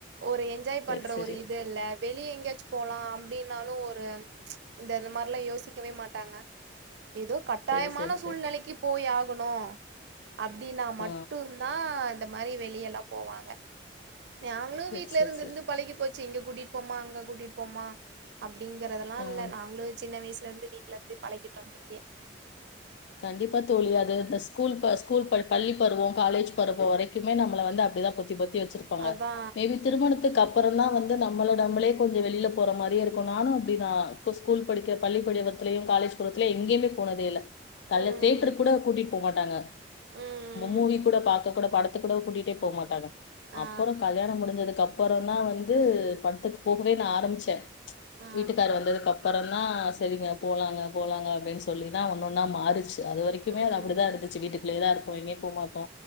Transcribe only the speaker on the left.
செரி
செரி
செரி செரி செரி
செரி
ஆ
செரி
செரி
செரி
ஆ
கண்டிப்பா தோழி அது இந்த ஸ்கூல் ப ஸ்கூல் ப பள்ளி பருவம் காலேஜ் பருவம் வரைக்குமே நம்மள வந்து அப்படிதா பொத்தி பொத் தி வச்சிருப்பாங்க
மேபி திருமணத்துக்கு அப் அப்புறோ தா வந்து நம்மள நம்மளே கொஞ்சோ வெளியில போற மாரியே இருக்கு நானு அப்படிதா ஸ்கூல் படிக்கிற பள்ளி படிவத்தலயு காலேஜ் பருவத்திலயு எங்கேயுமே போனதே இல்ல கால்ல
தேட்ருக் கூட கூட்டிட்டு போ மாட்டாங்க
மூவி கூட பாக் இப்ப கூட படத்துக் கூட கூட்டிட்டே போ மாட்டாங்க
அப்புறம் கல்யாணம் முடிஞ்சதுக்கு அப் பறோந்தா வந்து படத்துக்கு போகவே நா ஆரம்பிச்சே
வீட்டுக்கார் வந்ததுக்கு அப்புறம் ன்னா சரிங்க போலாங்க போலாங்க அப்படின்னு சொல்லிதா ஒன்னொன்னா மாறு ச்சு அது வரைக்குமே
அது அப்டிதா இருந்துச்சு வீட்டுக்குள்ளேதா இருக் போ எங்கயு போ மாட்டோ